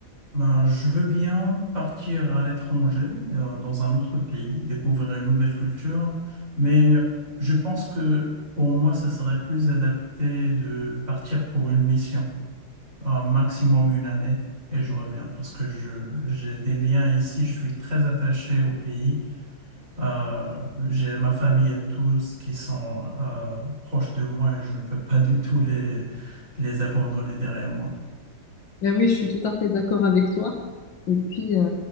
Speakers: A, on the right; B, on the left.
A: Ben, je veux bien partir à l'étranger, euh, dans un autre pays, découvrir une nouvelle culture, mais je pense que pour moi, ce serait plus adapté de partir pour une mission, un maximum une année, et je reviens parce que je, j'ai des liens ici, je suis très attaché au pays, euh, j'ai ma famille et tous qui sont, euh, proches de moi et je ne peux pas du tout les, les abandonner derrière moi.
B: Ben oui, je suis tout à fait d'accord avec toi. Et puis euh,